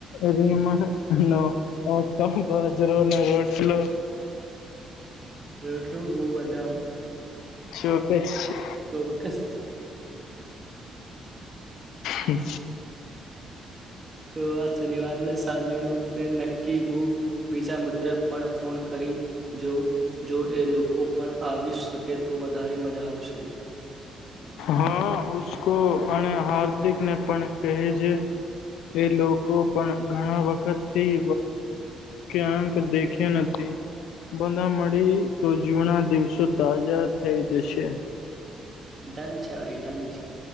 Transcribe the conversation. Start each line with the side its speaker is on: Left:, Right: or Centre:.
Left: એમાંના ઓટ બાજરોના રોટલો,
Right: રોટલુ હું બધામમ.
Left: શું પેસ છે.
Right: ચોક્કસ
Left: હું.
Right: તોઆ શનિવારને સાંજેનું પ્રેમ, કેહું બીજા મિત્ર પણ ફોન કરી. જોવ જોએ લોકો પણ આવી શકેતો વધારે મજા આવશે,
Left: હા ઉસકો અને હાર્દિકને પણ કહેજે. એ લોકો પણ ઘણા વખતથી ક્યાંક દેખ્યા નથી. બધા મળી તો જૂના દિવસો તાજા થઈ જશે.
Right: દંન છે, ભાઈ દંન છે,